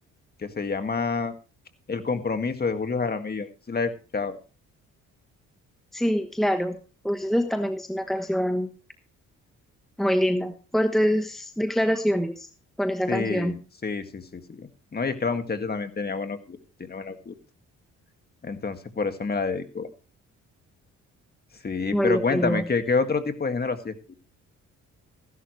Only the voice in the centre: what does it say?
Sí, claro. Pues esa es- también es una canción muy linda. Fuertes declaraciones con esa
canción.
Muy
lindo.